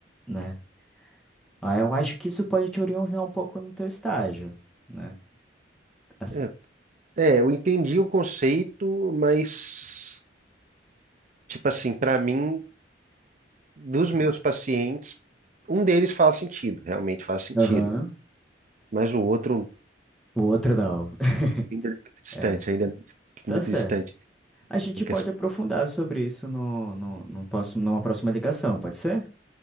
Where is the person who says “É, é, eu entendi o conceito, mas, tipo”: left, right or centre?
Right